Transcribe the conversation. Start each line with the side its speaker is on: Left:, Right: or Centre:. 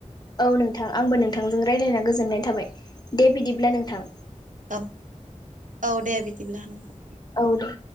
Left: औ नोंथां आंबो नोंथांजों रायज्लायना गोजोननाय थाबाय दे बिदिब्ला नोंथां।
Right: औ औ दे बिदिब्ला नोंथां।
Left: औ दे